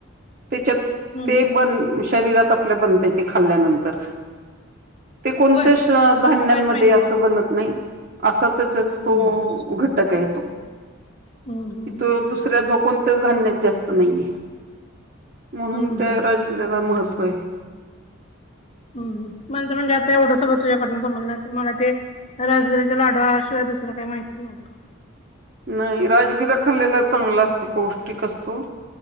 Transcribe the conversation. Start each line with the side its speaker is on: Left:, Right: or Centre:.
Right: त्याच्यात
Left: हम्म
Right: ते
Left: हम्म
Right: बन शरीरात आपल्या बनते ते खाल्ल्यानंतर ते कोणत्याच
Left: होय
Right: धान्यांमध्ये
Left: मला तर काहीच माहित
Right: असं
Left: नव्हतं.
Right: बनत नाही असा तरच तो
Left: हम्म.
Right: उघटक आहे तो
Left: हम्म हम्म
Right: की तो दुसऱ्या डोकन ते धान्यात जास्त नाहीये म्हणून
Left: हम्म
Right: त्या
Left: हम्म.
Right: राजगिराला महत्त्व आहे
Left: हम् मला तर म्हणे आता एवढं सगळं तुझ्याडन समजलं तर मला ते राजसघरीराच्या लाडूवाशिवाय दुसरं काही माहिितच नव्हतं
Right: नाही राजगिरा खाल्लेला चांगला असतो पौष्टिक असतो